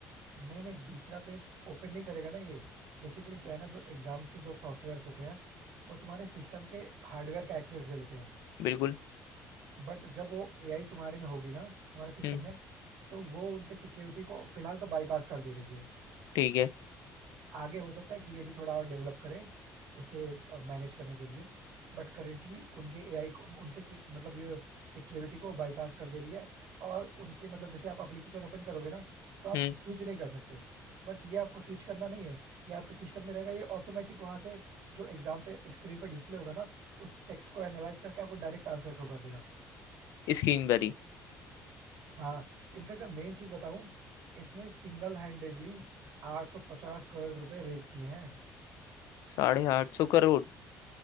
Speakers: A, on the right; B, on the left.
A: नहीं नहीं दूसरा पेज ओपन नहीं करेगा ना ये बेसिकली क्या है ना जो एग्जाम्स के जो सॉफ्टवेयर्स होते हैं वो तुम्हारे सिस्टम के हार्डवेयर का एक्सेस ले लेते हैं
B: बिल्कुल
A: बट जब वो एआई तुम्हारे में होगी ना तुम्हारे सिस्टम
B: हम्म
A: में तो वो उनके सिक्योरिटी को फिलहाल तो बाईपास कर दे रही है
B: ठीक है
A: आगे हो सकता है कि ये भी थोड़ा और डेवलप करें उसे मैनेज करने के लिए बट करेंटली उनके एआई को उनके से, मतलब ये सिक्योरिटी को बाईपास कर दे रही है और उनके मतलब जैसे आप एप्लीकेशन ओपन करोगे ना तो आप
B: हम्म
A: स्विच नहीं कर सकते बट ये आपको स्विच करना नहीं है ये आपके सिस्टम में रहेगा ये ऑटोमेटिक वहां से जो एग्जाम पे स्क्रीन पे डिस्प्ले होगा ना उस टेक्स्ट को एनालाइज करके आपको डायरेक्ट आंसर शो कर देगा
B: स्क्रीन भरी
A: हाँ इनफैक्ट मैं मेन चीज बताऊं इसने सिंगल हैंडेडली 850 करोड़ रुपए रेज किए हैं
B: साढ़े आठ सौ करोड़